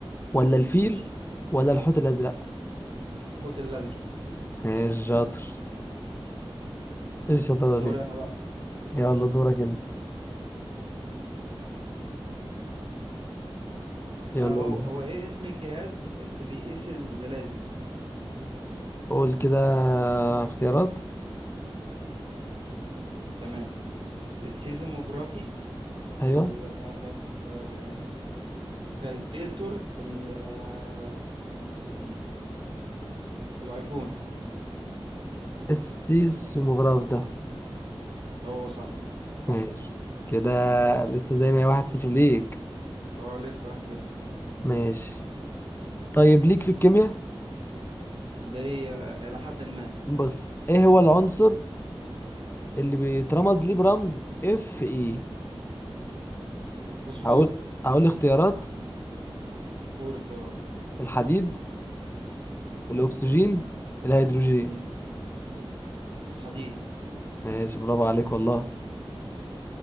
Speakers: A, on the left (about 25°); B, on the right (about 65°).
A: ولا الفيل
B: ماشي
A: ولا الحوت الازرق
B: الحوت الازرق
A: ماشي شاطر ايه الشطارة
B: دوري
A: دي
B: انا بقى
A: يلا دورك انت
B: ما
A: يلا
B: هو
A: بينا
B: هو ايه اسم الجهاز اللي بيقيس الزلازل
A: قول كده اختيارات
B: تمام السيزموجرافي
A: ايوه
B: ال آه، كالبيتور ال آه، مم، الايفون
A: السيسموغراف ده
B: هو صح صح
A: ماشي كده لسه زي ما هي واحد صفر ليك
B: اه لسه واحد صفر
A: ماشي طيب ليك في الكيمياء
B: ليه آه، الى حد ما
A: بص ايه هو العنصر اللي بيترمز ليه برمز اف اي
B: فوسفور
A: هقول هقول اختيارات
B: قول اختيارات
A: الحديد الاكسجين الهيدروجين
B: مم. حديد
A: ماشي برافو عليك والله